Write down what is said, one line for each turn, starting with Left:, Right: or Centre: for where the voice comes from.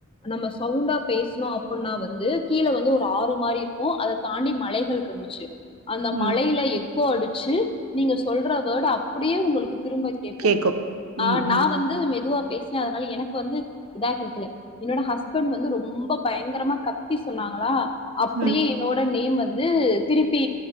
Left: நம்ம சவுண்டா பேஸ்னோ அப்புன்னா வந்து கீழ வந்து ஒரு ஆறு மாரி இருக்கு அத தாண்டி மலைகள் இருந்துச்சு அந்த
Right: ம்
Left: மலையில எக்கோ அடுச்சு நீங்க சொல்ற வோடு அப் அப்டியே உங்களுக்குத் திரும்ப கேக்கு
Right: கேக்கும்
Left: ஆ
Right: ம்
Left: நா
Right: ம்
Left: வந்து மெதுவா பேஸ்ன அதனால எனக்கு வந்து இதா கேக்கல என்னோட ஹஸ்பண்ட் வந்து ரொம்ப பயங்கரமா கத்தி சொன்னாங்களா அப்டியே
Right: ம்
Left: என்னோட நேம் வந் து திருப்பி